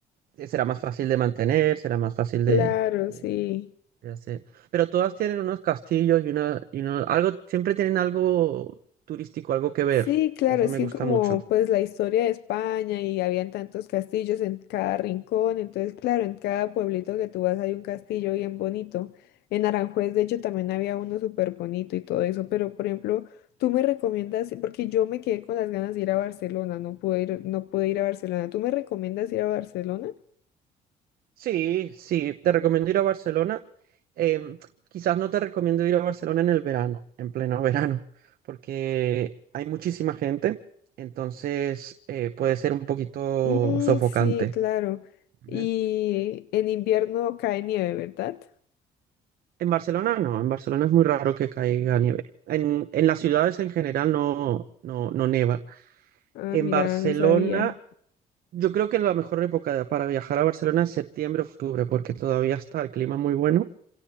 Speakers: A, on the right; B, on the left.
A: será más fácil de mantener, será más fácil
B: Claro,
A: de, de-
B: sí.
A: de hacer. Pero todas tienen unos castillos y una, y uno- algo, siempre tienen algo turístico, algo que ver,
B: Sí, claro,
A: y eso
B: es
A: me
B: que
A: gusta
B: como
A: mucho.
B: pues la historia de España y habían tantos castillos en cada rincón, entonces claro, en cada pueblito que tú vas hay un castillo bien bonito. En Aranjuez, de hecho, también había uno súper bonito y todo eso, pero por ejemplo, tú me recomiendas, porque yo me quedé con las ganas de ir a Barcelona, no pude ir, no pude ir a Barcelona. ¿Tú me recomiendas ir a Barcelona?
A: Sí, sí, te recomiendo ir a Barcelona. Em, quizás no te recomiendo ir a Barcelona en el verano, en pleno <laughs> verano, porque hay muchísima gente, entonces eh, puede ser un poquito
B: Mm,
A: sofocante.
B: sí, claro. Y
A: ¿eh?
B: en invierno cae nieve, ¿verdad?
A: En Barcelona no, en Barcelona es muy raro que caiga nieve. En, en las ciudades en general no, no, no neva.
B: Ah,
A: En
B: mira,
A: Barcelona,
B: no sabía.
A: yo creo que la mejor época para viajar a Barcelona es septiembre, octubre, porque todavía está el clima muy bueno,